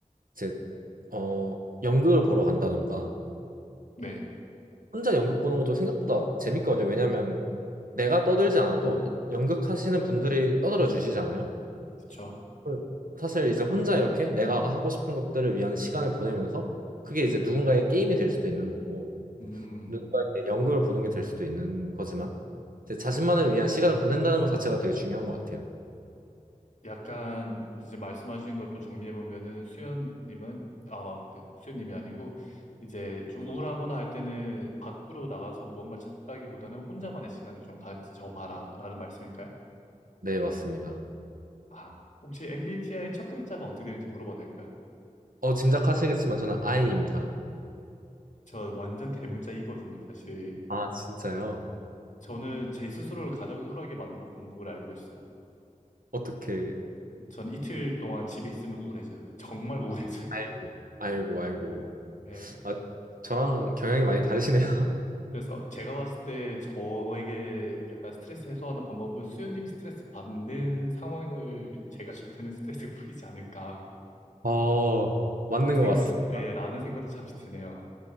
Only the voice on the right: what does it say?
이제 어 연극을 보러 간다던가
혼자 연극 보는 것도 생각보다 재밌거든요. 왜냐면 내가 떠들지 않아도 연극하시는 분들이 떠들어 주시잖아요.
음. 사실 이제 혼자 이렇게 내가 하고 싶은 것들을 위한 시간을 보내면서 그게 이제 누군가의 게임이 될 수도 있는 거고
누군가의 연극을 보는 게 될 수도 있는 거지만 이제 자신만을 위한 시간을 보낸다는 것 자체가 되게 중요한 것 같아요.
네, 맞습니다.
어, 짐작하시겠지만 저는 아이입니다.
아, 진짜요?
어떻게
아이고, 아이고, 아이고.
아, 저랑 경향이 많이 다르시네요.
어, 맞는
것 같습니다.